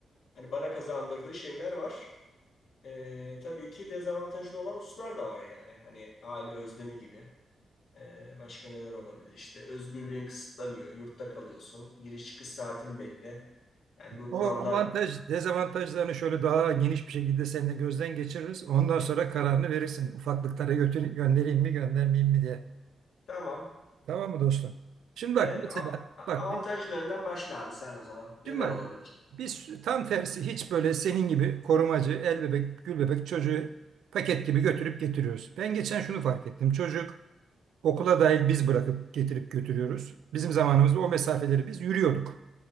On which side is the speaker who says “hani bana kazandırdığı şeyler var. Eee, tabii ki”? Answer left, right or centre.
Left